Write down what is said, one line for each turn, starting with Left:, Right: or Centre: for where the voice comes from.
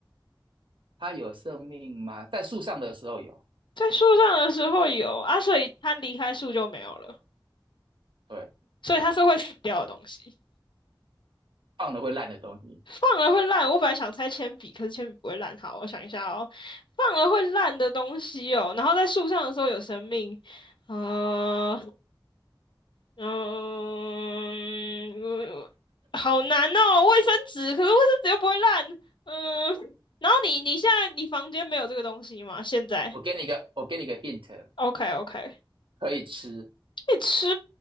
Right: 它有生命吗？在树上的时候有，
Left: 在树上的时候有啊，所以它离开树就没有了，
Right: 对。
Left: 所以它是会死掉的东西。
Right: 放了会烂的东西。
Left: 放了会烂，我本来想猜铅笔，可是铅笔不会烂。好，我想一下哦，放了会烂的东西哦，然后在树上的时候有生命，呃，嗯，我好难哦，卫生纸，可是卫生纸又不会烂，嗯，然后你你现在你房间没有这个东西吗？现在
Right: 我给你一个，我给你一个 hint，
Left: ？OK OK，
Right: 可以吃。
Left: 你吃，